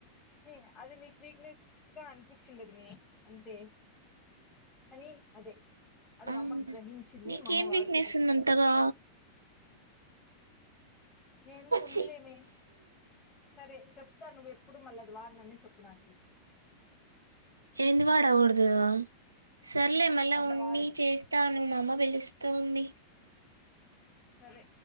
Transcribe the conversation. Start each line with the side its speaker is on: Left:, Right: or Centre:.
Left: మీ అది నీకు వీక్నెస్ గా అనిపిచ్చిందది మే అంతే కనీ అదే అది
Right: అవునా?
Left: మామ్మ గ్రహించింది,
Right: నీకేం
Left: మామ్మ వాడుకుండింది
Right: వీక్‌నెస్ ఉందంతగా?
Left: ఏందో ఉందిలేమే
Right: ఛీ!
Left: సరే చెప్ త్తా నువ్వెప్పుడు మళ్ళది వాడనని నని చెప్పు నాకి
Right: ఎంది వాడగూడదు సర్లే మళ్ల
Left: అట్లా
Right: ఉండి
Left: వాడ
Right: చేస్తాను మామ్మ పిలుస్తూ ఉంది.
Left: సరే